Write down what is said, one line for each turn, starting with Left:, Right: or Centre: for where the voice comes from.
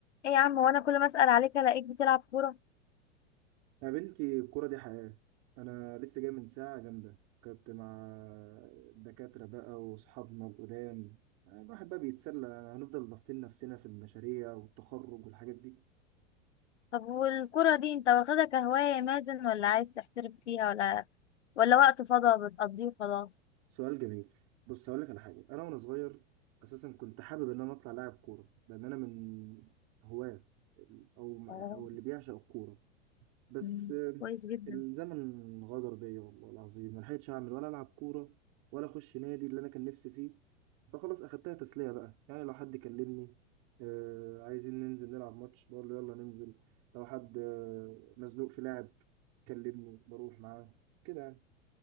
Left: ايه يا عم وانا كل ما اسال عليك الاقيك بتلعب كوره
Right: يا بنتي الكورة دي حياة أنا لسه جاي من ساعة جامدة كنت مع الدكاترة بقى وأصحابنا القدام الواحد بقى بيتسلى هنفضل ضاغطين نفسنا في المشاريع والتخرج والحاجات دي
Left: طب والكوره دي انت واخدها كهوايه يا مازن ولا عايز تحترف فيها ولا ولا وقت فضا بتقضيه وخلاص
Right: سؤال جميل بص هقولك على حاجة أنا وأنا صغير أساسا كنت حابب إن أنا أطلع لاعب كورة لأن أنا من هواة ال- أو
Left: اه
Right: أو اللي بيعشق الكورة بس
Left: مم.
Right: آه،
Left: كويس جدا
Right: الزمن غدر بيا والله العظيم ما لحقتش اعمل ولا العب كوره ولا اخش نادي اللي انا كان نفسي فيه فخلاص اخدتها تسليه بقى يعني لو حد كلمني آه عايزين ننزل نلعب ماتش بقول له يلا ننزل لو حد آه مزنوق في لعب كلمني بروح معاه كده يعني